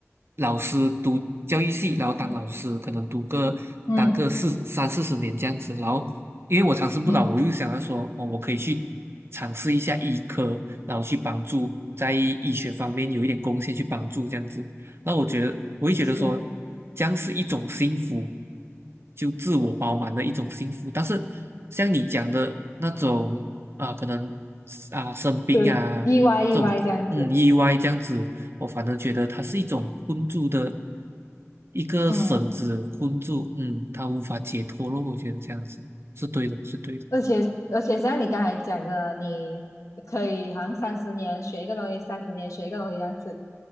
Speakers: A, on the right; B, on the left.
A: 老师读教育系，然后当老师，
B: 嗯
A: 可能读个当个四三四十年这样子。
B: 嗯
A: 然后因为我长生不老，
B: 嗯，
A: 我又想要说，哦，我可以去尝试一下医科，然后去帮助在医学方面有一点贡献，去帮助这样子。那我觉得，我会觉得说，
B: 是
A: 这样是一种幸福，就自我饱满的一种幸福。但是像你讲的那种啊，可能啊生病啊这种嗯意外这样子，
B: 对，意外意外这样子，
A: 我反而觉得它是一种困住的一个绳子困住，
B: 嗯。
A: 嗯，他无法解脱咯。我觉得这样子是对的，是对的。
B: 而且而且像你刚才讲的，你可以好像三十年学一个东西，三十年学一个东西这样子，